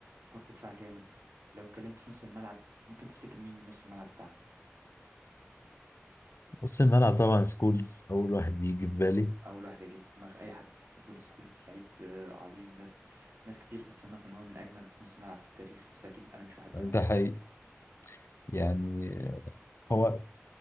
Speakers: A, on the right; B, on the left.
A: خط دفاع جامد لو اتكلمت في نص الملعب ممكن تفتكر مين من نص الملعب بتاعهم
B: بص الملعب طبعا سكولز أول واحد بيجي في بالي
A: اول واحد هيجي في دماغ اي حد بول سكولز لعيب آه، عظيم ناس ناس كتير بتصنف ان هو من اجمد نص ملعب في التاريخ بس اكيد انا مش واحد منهم
B: ده
A: يعني
B: حقيقي يعني هو